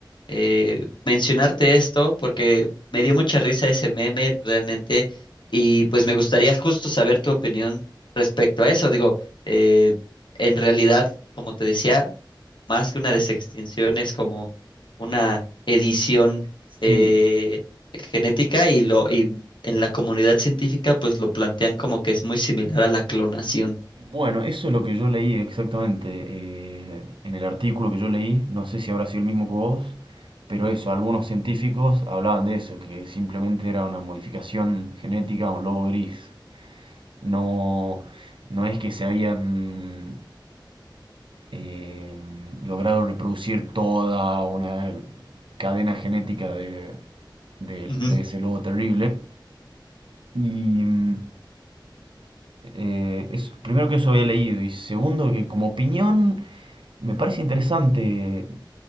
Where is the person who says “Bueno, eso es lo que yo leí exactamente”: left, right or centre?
Right